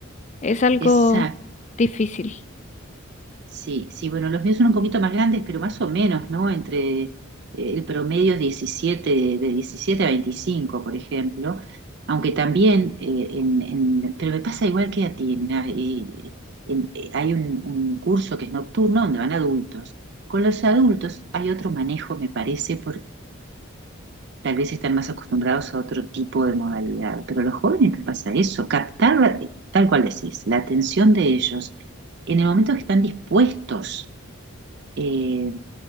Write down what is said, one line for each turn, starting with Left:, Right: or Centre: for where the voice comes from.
Left: Es algo
Right: esa,
Left: difícil.
Right: Sí, sí, bueno, los míos son un poquito más grandes, pero más o menos, ¿no? Entre eh, el promedio es 17, de 17 a 25, por ejemplo, aunque también, eh, en, en- pero me pasa igual que a ti, mirá, eh, en- eh, hay un, un curso que es nocturno donde van adultos. Con los adultos hay otro manejo, me parece, tal vez están más acostumbrados a otro tipo de modalidad, pero a los jóvenes les pasa eso, captar la- tal cual decís, la atención de ellos en el momento que están dispuestos eh,